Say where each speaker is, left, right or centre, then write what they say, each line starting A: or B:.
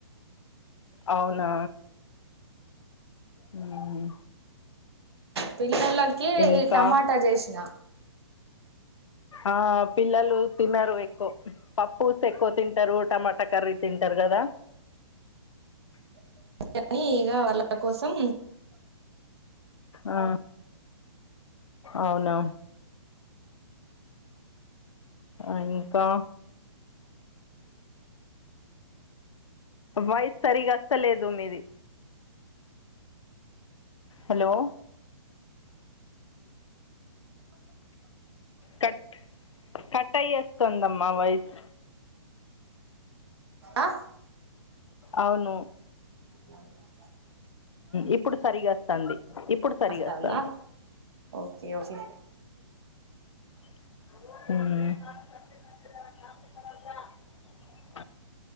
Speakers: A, on the left (about 80°); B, on the right (about 60°).
A: అవున మ్
B: పిల్లలకి
A: ఇంకా
B: టమాటా చేసిన
A: ఆ పిల్లలు తిన్నారు ఎక్కువ పప్పుస్ ఎక్కువ తింటారు టమాటా కర్రీ తింటారు కదా
B: కాని ఇగ వాళ్ళ కోసం
A: ఆ అవునా ఆ ఇంకా వాయిస్ సరిగా వస్తలేదు మీది హలో కట్ కట్టయి వస్తుందమ్మ వాయిస్
B: ఆ
A: అవును
B: అ
A: ఇప్పుడు సరిగా వస్తంది ఇప్పుడు సరిగా
B: వస్తాందా
A: వస్తుంది
B: ఓకే ఓకే
A: మ్